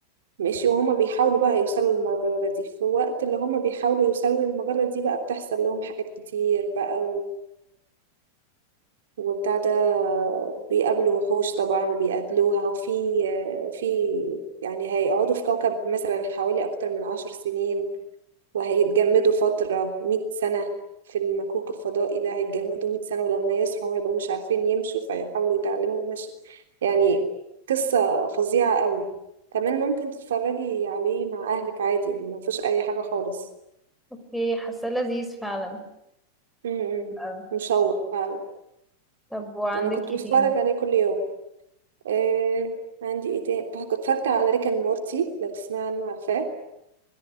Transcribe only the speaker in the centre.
اوكي حاساه لذيذ فعلا
آه.
طب وعندك
ايه
تاني